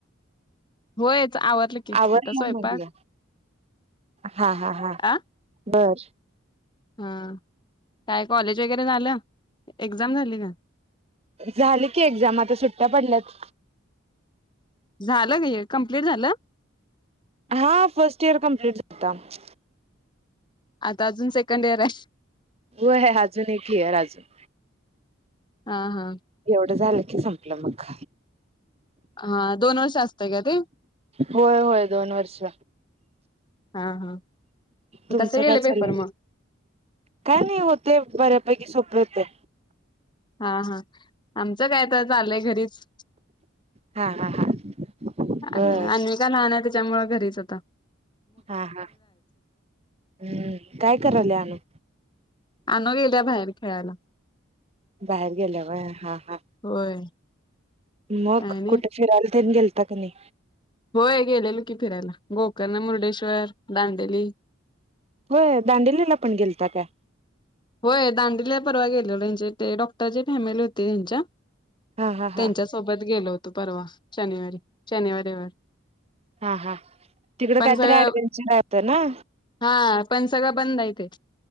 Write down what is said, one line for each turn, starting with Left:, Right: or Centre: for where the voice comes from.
Left: होय- आवरलं की,
Right: आवरलं
Left: आता स्वयपाक-
Right: म्हटलं हा हा हा
Left: अ-
Right: बर
Left: हा काय कॉलेज वगैरे झालं? एक्झाम झाली का
Right: झाले की एक्झाम आता सुट्ट्या पडल्यात.
Left: झालं काय कमप्लीट झालं?
Right: हा, फर्स्ट इयर कम्प्लीट झाल -
Left: आता अजून सेकंड इयर आहे.
Right: होय ह अजून एक इयर आहे अजून-
Left: हा, हा,
Right: एवढं झालं की संपलं मग-
Left: हा दोन वर्ष असतंय का ते
Right: होय, होय, दोन वर्ष.
Left: हा, हा,
Right: तुमचं
Left: कसे गेले
Right: काय चाललंय
Left: पेपर मग?
Right: काय नाही होते, बऱ्यापैकी सोपे होते.
Left: हा, हा आमचं काय तर चाललंय घरीच.
Right: हा, हा, हा,
Left: अ्
Right: बर
Left: अन् काय लहान आहे त्याच्यामुळं घरीच होता.
Right: हा, हा, हम्म काय कराल अनु?
Left: आणू गेल्या बाहेर खेळायला.
Right: बाहेर गेल्या होय, हा, हा.
Left: होय
Right: मग
Left: काय नाही
Right: कुठे फिरायला ते गेलता की नाही?
Left: होय गेलेलो की फिरायला, गोकर्ण, मुर्डेश्वर, दांडेली-
Right: होय दांडिलीला पण गेलता काय?
Left: होय दांडिलीला परवा गेलेल त्यांचे ते डॉक्टरचे फॅमिली होते हेंच्या-
Right: हा हा हा
Left: त्यांच्या सोबत गेलो होतो, परवा शनिवारी -शनिवार रविवार-
Right: हा, हा, तिकडं
Left: पण
Right: काहीतरी
Left: सगळं
Right: ऍडव्हेंचर आहे वाटतं ना?
Left: हा पण सगळं बंद आहे ते-